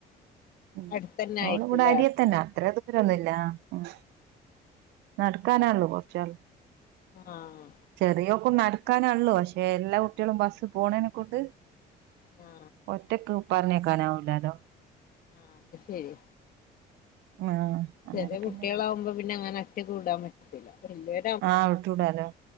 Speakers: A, on the right (about 85°); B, on the left (about 55°).
A: ഉ
B: അടുത്തന്നെ ആയിരിക്കുംല്ലേ
A: ഓള് വിടെ അരിയെത്തന്നാ, അത്ര ദു രൊന്നുല്ല, ഉം നട്ക്കാനാള്ളൂ കൊർച്ചാള്ളു
B: ആഹ്
A: ചെറിയൊക്കും നടക്കാന ള്ളൂ പക്ഷെ എല്ലാ കുട്ടികളും ബസ്സ് പോണേനെക്കൊണ്ട്
B: ആ
A: ഒറ്റക്ക് പർഞ്ഞേക്കാനാവുല്ലാലൊ
B: ആഹ് അത് ശര്യ
A: ആഹ് അന്നേരം
B: ചെറിയ കുട്ടികളാവുമ്പോ
A: പിന്നെ
B: പിന്നെ അങ്ങനറ്റക്ക് വിടാൻ പറ്റത്തില്ല. വല്യ
A: ആഹ് വിട്ടൂടാലോ,